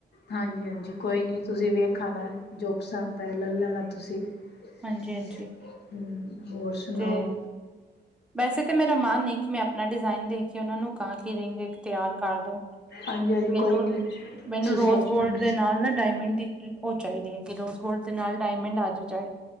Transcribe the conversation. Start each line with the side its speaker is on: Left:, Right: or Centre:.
Left: ਹਾਂਜੀ- ਹਾਂਜੀ ਕੋਈ ਨੀ ਤੁਸੀ ਵੇਖ ਆਉਣਾ ਜੋੁਪਸਨਦ ਲੈ ਲੈਣਾ ਤੁਸੀ। ਹਮ,
Centre: ਹਾਂਜੀ ਹਾਂਜੀ
Left: ਹੋਰ ਸੁਣਾਓ?
Centre: ਤੇ ਵੈਸੇ ਤਾਂ ਮੇਰਾ ਮਨ ਹੈ। ਕਿ ਮੈ ਆਪਣਾ ਡਿਜ਼ਾਇਨ ਦੇਖ ਕੇ ਉਹਨਾਂ ਨੂੰ ਕਿਹਾਂ ਕਿ ਰਿੰਗ ਇਕ ਤਿਆਰ ਕਰ ਦੋ-
Left: ਹਾਂਜੀ-ਹਾਂਜੀ
Centre: ਮੈਨੂੰ,
Left: ਕੋਈ ਨੀ
Centre: ਮੈਨੂੰ
Left: ਤੁਸੀਂ
Centre: ਰੋਜ਼
Left: ਆਪਣੇ
Centre: ਗੋਲਡ ਦੇ ਨਾਲ ਨਾ ਡਾਇਮੰਡ ਦੀ ਉਹ ਚਾਹੀਦੀ ਹੈ ਕਿ ਰੋਜ਼ ਗੋਲਡ ਦੇ ਨਾਲ ਡਾਇਮੰਡ ਆ ਜੇ, ਚਾਹੇ